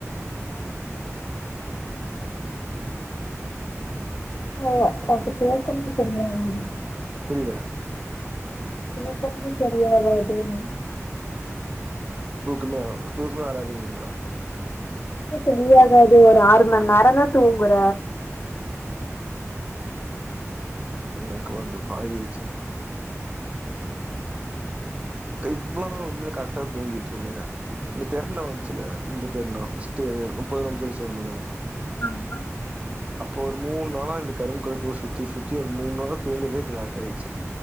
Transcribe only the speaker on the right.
புரில
தூக்கமே தூக்கமே வராதுங்குறீங்ளா
என்ன கொழ்ந்த பழகிரிச்சி
இப்ப இவ்ளோ நாள் உண்மேலே கரெக்டா தூங்கிட்ருந்த இந்த பெர்நா வந்துச்சுல இந்த பெர்நா ஃபஸ்ட்டு எது முப்பது நோம் பிடிச்சோம்ல்ல
அப்போ ஒரு மூணு நாளா இந்த கரும்ம கழு கூட சுத்தி சுத்தி ஒரு மூண் நாளா தூங்குதேகே லேட் ஆய்டுச்சு